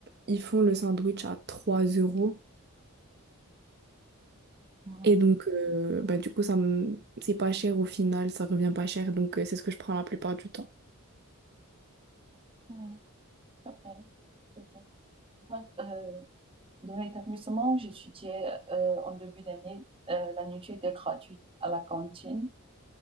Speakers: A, on the right; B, on the right.
A: ils font le sandwich à 3 euros.
B: Ah,
A: Et donc, euh, bah, du coup, ça me... c'est pas cher au final, ça revient pas cher. Donc, euh, c'est ce que je prends la plupart du temps.
B: voilà, ça va. c'est bon. Bah, euh, Dans l'établissement où j'étudiais euh, en début d'année, euh, la nourriture était gratuite à la cantine.